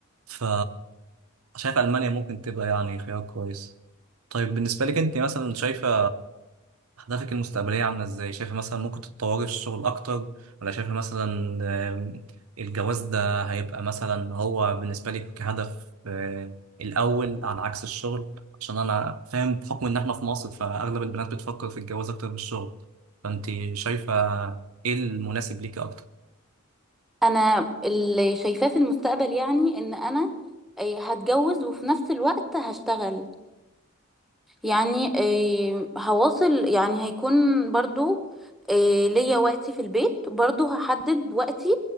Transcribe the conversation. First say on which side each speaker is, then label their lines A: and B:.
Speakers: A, on the right; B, in the centre.
A: ف شايف المانيا ممكن تبقى يعني خيار كويس طيب بالنسبة لك انت مثلا شايفة أهدافك المستقبلية عاملة ازاي؟ شايفة مثلا ممكن تتطوري في الشغل أكتر ولا شايفة مثلا آم، الجواز ده هيبقى مثلا هو بالنسبة لك هدف آه، الأول على عكس الشغل؟ عشان أنا فاهم بحكم إن احنا في مصر فأغلب البنات بتفكر في الجواز أكتر من الشغل فأنت شايفة ايه المناسب ليكي أكتر؟
B: انا اللي شايفاه في المستقبل يعني ان انا آه، هتجوز وفي نفس الوقت هشتغل يعني آه، هواصل يعني هيكون برضو آه، ليا وقتي في البيت برضو هحدد وقتي